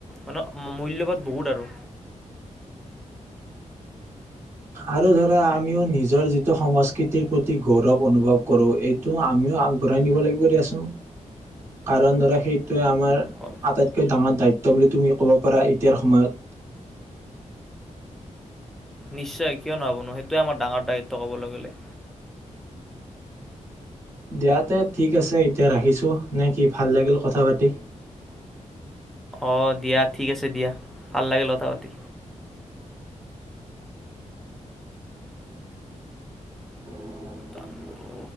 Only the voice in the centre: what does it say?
মানে মূল্যবোধ বহুত আৰু।
অ,
নিশ্চয় কিয় নহ'বনো সেইটোৱে আমাৰ ডাঙৰ দায়িত্ব কবলৈ গ'লে।
অ দিয়া ঠিক আছে দিয়া ভাল লাগিল কথা পাতি।
দান বড়ো